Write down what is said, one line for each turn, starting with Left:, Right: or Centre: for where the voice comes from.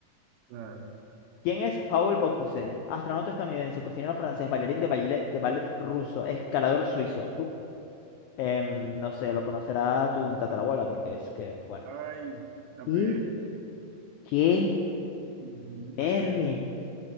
Right: Claro.
Left: ¿Quién es Paul Bocuse? Astronauta estadounidense, cocinero francés, bailarín de ballet, de ballet ruso, escalador suizo. Uf. Em, no sé, lo conocerá tu tatarabuela porque es que, bueno.
Right: Ay, la
Left: ¿Y
Right: pegué.
Left: qué?
Right: Ujú,
Left: Mervin.
Right: la pegué.